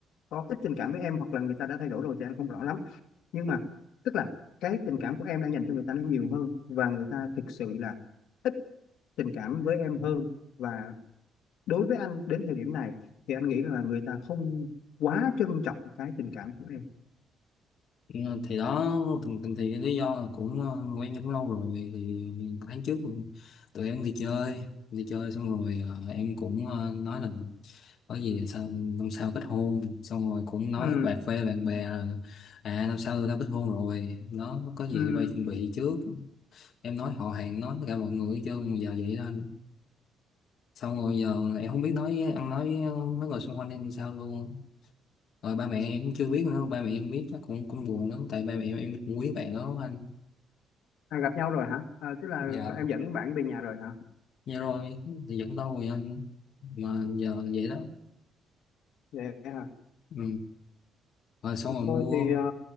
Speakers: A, on the left (about 70°); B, on the left (about 45°).
A: có ít tình cảm với em hoặc là người ta đã thay đổi rồi thì anh không rõ lắm nhưng mà tức là cái tình cảm của em đang dành cho người ta nó nhiều hơn và người ta thực sự là ít tình cảm với em hơn và đối với anh đến thời điểm này thì anh nghĩ là người ta không quá trân trọng cái tình cảm của em
B: Ừ, thì đó thì, thì cái lý do là cũng ờ, quen nhau cũng lâu rồi thì, thì tháng trước tụi em đi chơi đi chơi xong rồi ờ, em cũng ờ, nói là có gì sao năm sau kết hôn xong rồi cũng nói
A: ừ
B: bà khoe bạn bè là à năm sau tao kết hôn rồi nó có gì
A: ừ
B: tụi bay chuẩn bị trước em nói họ hàng nói tất cả mọi người chứ giờ vậy đó xong rồi giờ em không biết nói với ăn nói với mấy người xung quanh em sao luôn rồi ba mẹ em cũng chưa biết nữa ba mẹ em biết chắc cũng cũng buồn lắm tại ba mẹ em, em cũng quý bạn đó lắm anh
A: à, gặp nhau rồi hả à, tức là
B: giờ
A: em dẫn bạn về nhà rồi hả
B: như rồi thì vẫn lâu rồi anh mà giờ vậy đó
A: Vậy hả?
B: ừ. rồi xong rồi
A: Thôi
B: mua
A: thì ờ,